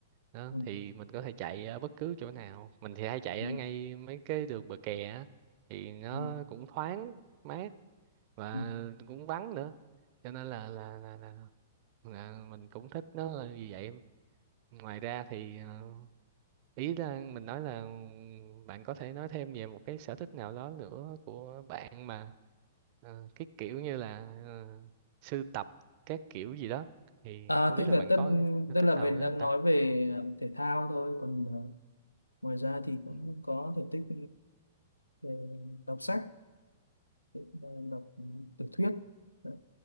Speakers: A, on the right (about 40°); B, on the left (about 85°).
A: đó
B: ừ,
A: thì mình có thể chạy ở bất cứ chỗ nào mình thì hay chạy
B: ừ,
A: ở ngay mấy cái đường bờ kè á thì nó
B: ừ,
A: cũng thoáng mát và
B: ừ.
A: cũng vắng nữa cho nên là là là, là, là mình cũng thích nó là như vậy ngoài ra thì ờ, ý là mình nói là bạn có thể nói thêm về một cái sở thích nào đó nữa của bạn mà ờ, cái kiểu như là ờ, sưu tập các kiểu gì đó thì
B: à,
A: không
B: tức
A: biết
B: là
A: là bạn
B: tất
A: có sở thích
B: tức là
A: nào
B: mình
A: nữa
B: đang
A: không ta
B: nói về ờ, thể thao thôi còn ờ, ngoài ra thì cũng
A: ừ
B: có thể tích về đọc sách về đọc tiểu thuyết Đấy,